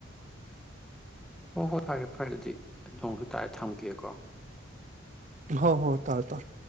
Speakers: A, in the centre; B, on the right.
A: ꯍꯣ ꯍꯣꯏ ꯐꯔꯦ ꯐꯔꯦ ꯑꯗꯨꯗꯤ ꯅꯣꯡꯁꯨ ꯇꯥꯔꯦ ꯊꯝꯒꯦꯀꯣ
B: ꯍ ꯍꯣ ꯇꯥꯔ ꯇꯥꯔ